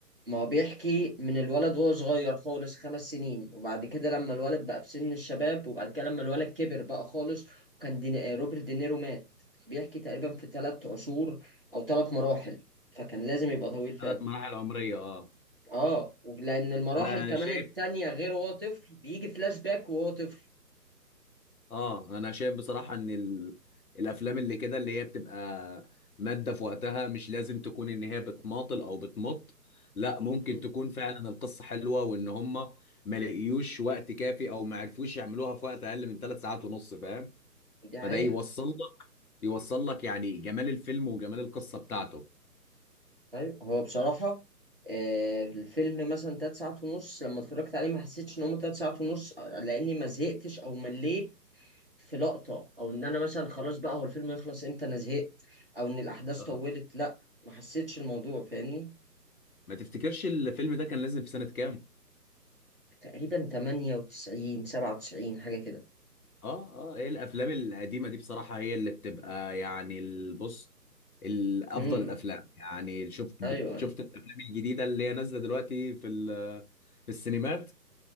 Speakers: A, on the right; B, on the left.
A: ما هو بيحكي من الولد وهو صغير خالص خمس سنين وبعد كده لما الولد بقى في سن الشباب وبعد كده لما الولد كبر بقى خالص وكان دين... آه، روبرت دينيرو مات بيحكي تقريبا في ثلاث عصور او ثلاث مراحل فكان لازم يبقى طويل فعلا
B: ثلاث مراحل عمرية اه
A: اه لان المراحل
B: انا
A: كمان
B: شايف
A: التانية غير وهو طفل بيجي فلاش باك وهو طفل
B: اه انا شايف بصراحة ان ال... الافلام اللي كده اللي هي بتبقى مادة في وقتها مش لازم تكون ان هي بتماطل او بتمط لا ممكن
A: مم.
B: تكون فعلا القصة حلوة وان هم ما لقيوش وقت كافي او ما عرفوش يعملوها في وقت اقل من ثلاث ساعات ونص فاهم
A: دي
B: فده
A: حقيقة
B: يوصل لك يوصل لك يعني جمال الفيلم وجمال القصة بتاعته
A: طيب هو بصراحة آه، الفيلم مثلا تلات ساعات ونص لما اتفرجت عليه ما حسيتش ان هما تلات ساعات ونص لاني ما زهقتش او مليت في لقطة او ان انا مثلا خلاص بقى هو الفيلم يخلص امتى انا زهقت او ان الاحداث
B: اه
A: طولت لا ما حسيتش الموضوع فاهمني
B: ما تفتكرش الفيلم ده كان نازل في سنة كام
A: تقريبا 98 97 حاجة كده
B: اه اه ايه الافلام القديمه دي بصراحه هي اللي بتبقى يعني البص الافضل
A: امم
B: الافلام يعني شفت
A: ايوه
B: بت- شفت الافلام الجديده اللي هي نازله دلوقتي في ال- في السينمات